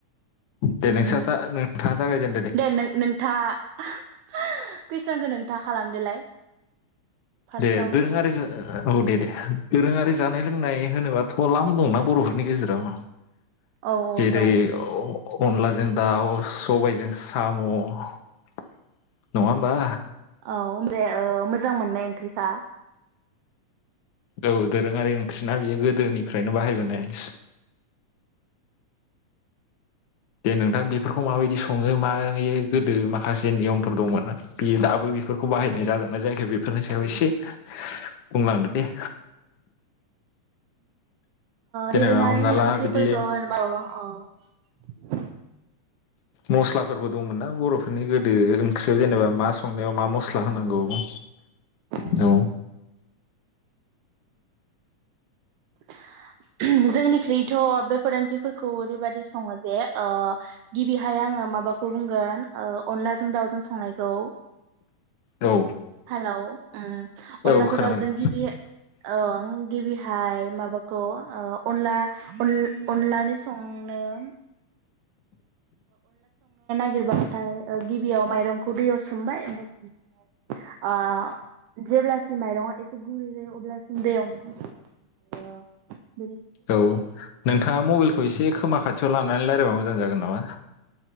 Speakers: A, on the left; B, on the right.
A: दे
B: ओम
A: नोंस्रा नोंथाङा जागायजेनदो
B: दे नों नोंथा कुइसनखौ नोंथा खालामदोलाय फार्स्टआवहाय
A: दे दोरोंङारि औ दे दे दोरोंङारि जानाय लोंनाय होनोब्लााथ लाम दंना बरफोरनि गेजेराव
B: औ औ
A: जेरै
B: दं
A: अनलाजों दाउ सबायजों साम नंङा होमबा
B: औ मोजां मोननाय ओंख्रिखा
A: औ दोरोंङारि ओंख्रिना बेयो गोदोनिफ्रायनो बाहायबोनाय दे नोंथां बेफोरखौ माबायदि संङो मायो गोदो माखासे नियमफोर दंमोन ना बे दाबो बेफोरखौ बाहायनाय जादोंना जायखि बेफोरनि सायाव
B: उम
A: एसे बुंलांदो दे जेनेबा
B: दोरोंङारि
A: हमना
B: होन
A: ला
B: ओंख्रिफोरखौ
A: बिदि
B: <unintelligible>
A: मस्लाफोरबो दंमोन ना बरफोरनि गोदो ओंख्रियाव जेनेबा मा संनायाव मा मस्ला
B: औ
A: होनांगौ औ
B: दङ <unintelligible> जोंनिख्रुइ थ' बेफोर ओंख्रिफोरखौ ओरैबायदि सङो जे ओ गिबिहाय आङो माबाखौ बुंगोन ओ अनलाजों दाउजों संनायखौ
A: औ
B: हेलौ ओ
A: औ
B: अनलाखौ
A: खोनादों
B: दा जों गिबि ओं गिबि हाय माबा खौ ओ अनला अन-अनलानि सं आंनोम जोबा ओमफ्राय गिबियाव माइरं खौ दैयाव सोमबाय ओमफ्राय सोमनानै ओ जेब्लासिम माइरङा एसे गुरै जायो अब्लासिम दैयावनो <inaudible> ओम
A: औ नोंथाङा मबाइलखौ एसे खोमा खाथियाव लानानै रायलायबा मोजां जागोन नामा